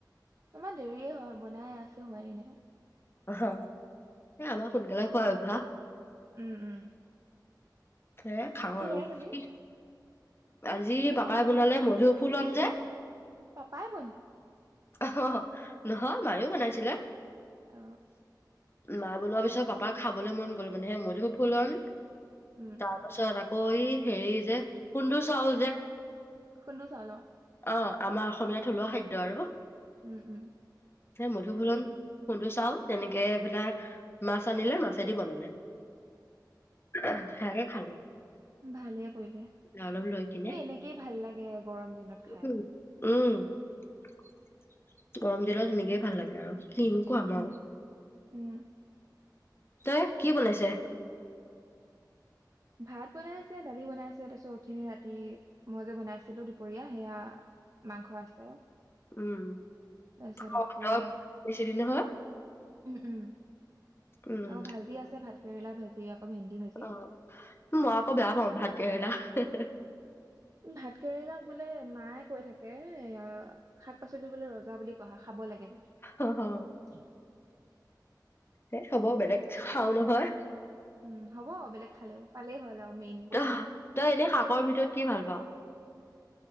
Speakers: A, on the right (about 45°); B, on the left (about 35°).
A: আমাৰ দেৰিয়ে হয় বনাই আছে হোৱাই নাই
B: অহ অ আমাৰ সোনকালে খোৱা অভ্যাস।
A: উম উম
B: সে খাওঁ
A: কিহেৰে
B: আৰু
A: খালি
B: কি আজি পাপাই বনালে মধু ফুলম যে
A: পাপায়ে বনাই
B: অহহ নহয় মায়ও বনাইছিলে
A: অ
B: মা বনোৱাৰ পিছত পাপাক খাবলৈ মন গ'ল মানে সে মই সুফুলন
A: উম
B: তাৰপাছত আকৌ অ ঐ হেৰি যে খুন্দু চাউল যে
A: খুন্দু চাউল অ
B: অ আমাৰ অসমীয়া থলুৱা খাদ্য আৰু
A: উম উম
B: এ মধু ফুলন খুন্দো চাওল তেনেকে এইবিলাক মাছ আনিলে মাছেদি বনালে অ সেয়াকে খালো
A: ভালে কৰিলে এই
B: অলপ লৈ কিনে
A: এনেকেই ভাল লাগে গৰম দিনত খাই।
B: উম। <unintelligible> গৰম দিল সুনেকে। ভাল লাগে আৰু স কেনে কুৱাম
A: উম
B: আৰু।
A: উম
B: তই কি বলাইছে।
A: ভাত বনাই আছে। দালি বনাই আছে তাৰপিছত উঠিনি ৰাতি মই যে বনাইছিলো দুপৰীয়া সেয়া। মাংস আছে
B: উম
A: তাৰপিছত
B: অ
A: আকৌ
B: তই দিছিলি নহয়
A: উম উম
B: উম
A: আৰু ভাজি আছে ভাত। কেৰেলা ভাজিয়। অ ভেন্দি ভাজি।
B: অ মই আকৌ বেয়া পাওঁ ভাত কেৰেলা হে হে
A: ভাত কেৰেলাক বোলে। মায়ে কৈ থাকে তাকে শাক পাচলি বোলে ৰজা বুলি কোৱা। খাব লাগে
B: অ
A: <unintelligible>
B: এ হ'ব বেলেগ। খাও নহয়
A: উম হ'ব বেলেগ খালেও পালেই হ'ল আৰু মেইন বস্তুখিনি
B: ত তই এনেই শাকৰ ভিতৰত কি ভাল পাওঁ।